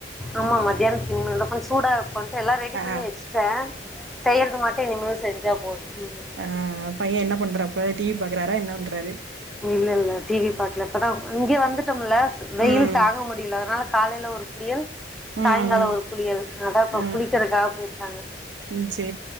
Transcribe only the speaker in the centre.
ஆமா மதியனத்துக்கு இனிமேல் தா கொஞ்ச சூடா பண்ட்டு எல்லா ரெடி
பண்ணி வச்சிட்ட செய்றது மட்டு இனிமேல் செஞ்சா போதும் ம்
இல்லல்ல டிவி பாக்கல இப்பதா இங்க வந்துட்டோம்ல்ல வெயில்
தாங்க முடில அதனால காலையில ஒரு குளியல்
சாயங்காலம் ஒரு குளியல் அதா இப்ப
குளிக்கறகாக போயிருக்காங்க